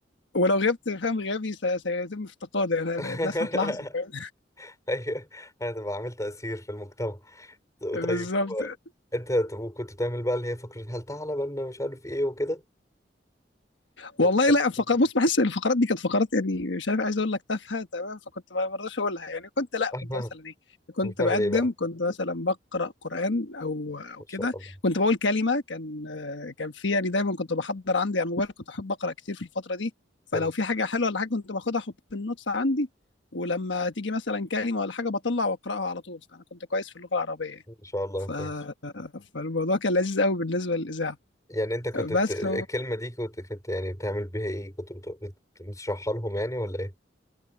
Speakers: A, on the left; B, on the left.
A: ولو غبت فاهم غيابي سي- سيتم افتقادي انا
B: <laughs>
A: الناس هتلاحظه فاهم
B: ايوه هتبقى عامل تاثير في المجتمع
A: <laughs> بالظبط
B: طيب و... انت طب وكنت بتعمل بقى اللي هي فكره هل تعلم ان مش عارف ايه وكده
A: والله
B: طب الحاجات
A: لا فقرات
B: دي
A: بص بحس إن الفقرات دي كانت فقرات يعني مش عارف عايز اقول لك تافهه تمام فكنت ما برضاش اقولها يعني كنت
B: <laughs>
A: لا كنت
B: آه،
A: مثلا ايه كنت
B: هتعمل
A: بقدم
B: ايه بقى
A: كنت مثلا بقرا قران او او
B: ان
A: كده
B: شاء الله
A: كنت بقول كلمه كان آه، كان في يعني دايما كنت بحضر عندي على الموبايل كنت احب اقرا كتير في الفتره دي فلو
B: حلو
A: في حاجه حلوه ولا حاجه كنت باخدها احط في النوتس عندي ولما تيجي مثلا كلمه ولا حاجه بطلع واقراها على طول فانا كنت كويس في اللغه العربيه يعني.
B: ان شاء الله
A: ف...
B: كويس
A: فالموضوع كان لذيذ قوي بالنسبه للاذاعه
B: يعني انت كنت
A: بس
B: بت... الكلمة دي كنت كنت يعني بتعمل بيها ايه كنت بت... بت... بتشرحها لهم يعني ولا ايه